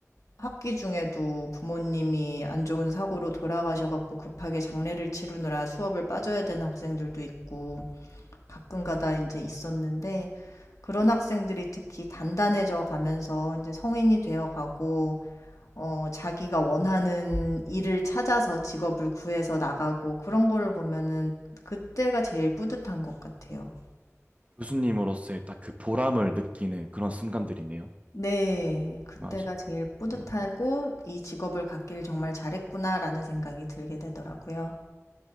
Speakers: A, on the left (about 85°); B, on the right (about 25°).
A: 학기 중에도 부모님이 안 좋은 사고로 돌아가셔갖고 급하게 장례를 치르느라 수업을 빠져야 되는 학생들도 있고 가끔가다 이제 있었는데 그런 학생들이 특히 단단해져 가면서 이제 성인이 되어 가고 어 자기가 원하는 일을 찾아서 직업을 구해서 나가고 그런 거를 보면은 그때가 제일 뿌듯한 것 같아요.
B: 교수님으로서의 딱 그 보람을 느끼는 그런 순간들이네요.
A: 네. 그때가
B: 맞아.
A: 제일 뿌듯하고
B: 음,
A: '이 직업을 갖기를 정말 잘했구나.'라는 생각이 들게 되더라고요.